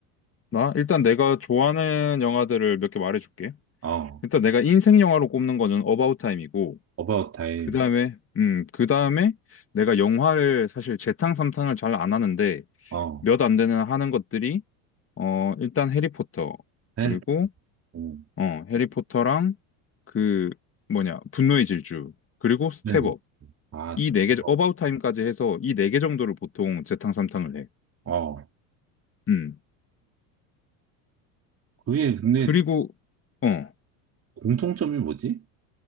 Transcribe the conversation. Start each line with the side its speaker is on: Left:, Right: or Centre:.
Left: 나 일단 내가 좋아하는 영화들을 몇 개 말해줄게.
Right: 어,
Left: 일단 내가 인생 영화로 꼽는 거는 어바웃 타임이고,
Right: About Time,
Left: 그 다음에, 음, 그 다음에 내가 영화를 사실 재탕 삼탕을 잘 안 하는데
Right: 어,
Left: 몇 안 되는 하는 것들이 어 일단 해리포터
Right: 헬,
Left: 그리고
Right: 음,
Left: 어 해리포터랑 그 뭐냐 분노의 질주 그리고 스텝업
Right: 네. 아, 스티커.
Left: 이 네 개 어바웃 타임까지 해서 이 네 개 정도를 보통 재탕 삼탕을 해.
Right: 어,
Left: 음.
Right: 그게 근데
Left: 그리고, 어,
Right: 공통점이 뭐지?